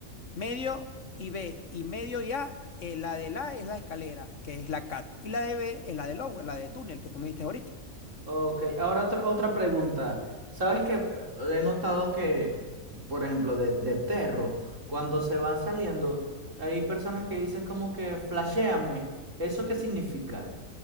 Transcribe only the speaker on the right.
Ok, ahora otra, otra pregunta. ¿Sabes que he notado que, por ejemplo, de, de Terro, cuando se van saliendo, hay personas que dicen como que flashéame. ¿Eso qué significa?